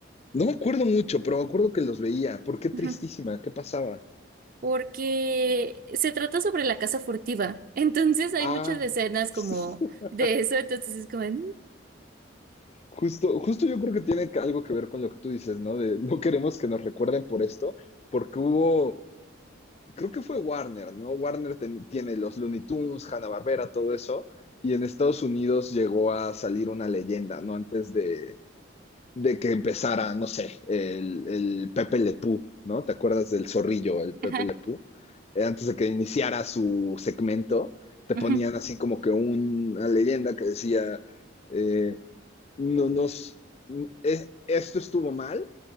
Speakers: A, on the left; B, on the right.
A: No me acuerdo mucho, pero me acuerdo que los veía. ¿Por qué tristísima?
B: ajá,
A: ¿Qué pasaba?
B: porque se trata sobre la casa furtiva, <laughs> entonces hay
A: Ah,
B: muchas escenas como
A: <laughs>
B: de eso, entonces es como, no,
A: justo, justo yo creo que tiene que- algo que ver con lo que tú dices, ¿no? De no queremos que nos recuerden por esto, porque hubo, creo que fue Warner, ¿no? Warner ten- tiene los Looney Tunes, Hanna-Barbera, todo eso, y en Estados Unidos llegó a salir una leyenda, ¿no? Antes de, de que empezara, no sé, el, el Pepe Lepú, ¿no? ¿Te acuerdas del zorrillo, el Pepe
B: Ajá,
A: Lepú? Eh, antes de que iniciara su segmento, te
B: ujú.
A: ponían así como que un- una leyenda que decía, eh, no nos, es- esto estuvo mal